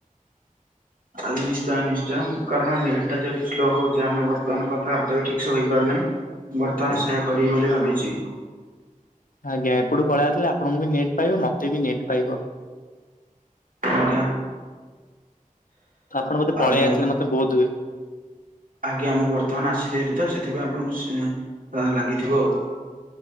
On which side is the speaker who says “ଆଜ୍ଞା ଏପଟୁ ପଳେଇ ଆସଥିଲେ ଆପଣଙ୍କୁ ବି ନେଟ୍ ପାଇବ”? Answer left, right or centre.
Left